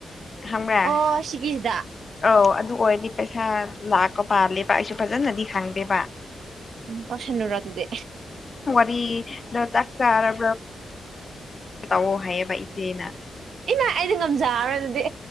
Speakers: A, on the left; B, on the right.
A: ꯈꯪꯕ꯭ꯔꯥ
B: ꯑꯣ ꯁꯤꯒꯤꯁꯗ
A: ꯑꯧ ꯑꯗꯨ ꯑꯣꯏꯔꯗꯤ ꯄꯩꯁꯥ ꯂꯥꯛꯄ ꯄꯥꯜꯂꯦꯕ ꯑꯩꯁꯨ ꯐꯖꯅꯗꯤ ꯈꯪꯗꯦꯕ
B: ꯎꯝ ꯄꯁꯥꯟꯅ ꯔ ꯑꯗꯨꯗꯤ
A: ꯕꯤ ꯇꯥꯛꯔ ꯇꯧꯑꯣ ꯍꯥꯏꯌꯦꯕ ꯏꯆꯦꯅ
B: ꯏꯃꯥ ꯑꯩꯗꯤ ꯉꯝꯖꯔꯔꯣꯏ ꯑꯗꯨꯗꯤ